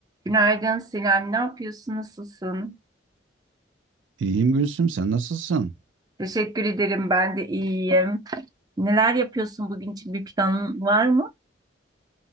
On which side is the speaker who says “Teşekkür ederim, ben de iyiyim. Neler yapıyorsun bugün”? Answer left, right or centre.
Right